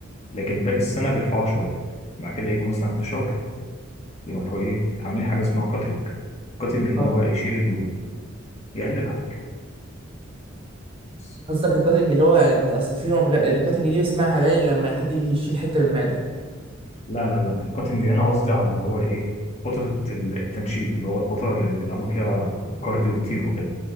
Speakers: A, on the left (about 30°); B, on the right (about 25°).
A: لكن باقي السنة بيرفعوا شوية بعد كده يجوا مثلا في شهر يروحوا إيه عاملين حاجة اسمها كاتنج كاتنج اللي
B: اه
A: هو يشيل الدهون يقللها بس
B: قصدك الكاتنج اللي هو انت اصل في نوع ك- الكاتنج دي بسمعها باين لما حد يجي يشيل حته من المعده
A: لا لا لا الكاتنج هنا قصدي على اللي هو ايه فترة التنشيف اللي هو الفترة اللي بيلعبوا فيها كارديو كتير وكده